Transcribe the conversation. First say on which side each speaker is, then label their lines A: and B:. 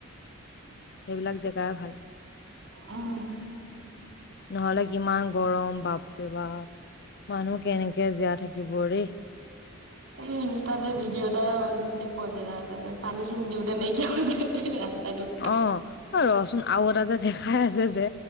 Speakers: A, on the left; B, on the right.
A: সেইবিলাক জেগাই ভাল।
B: উম,
A: নহলে কিমান গৰম বাপৰে বাৰে বাপ। মানুহ কেনেকে জীয়া থাকিব ৰেই।
B: এই ইনষ্টাতে ভিডিঅ' এটটা দিছিলি ক জেগা তে পানী খিনি দিওঁতে নাইকিয়া হৈ। ৰাস্তাটোত।
A: অ ৰচোন আৰু এটা যে দেখাই আছে যে,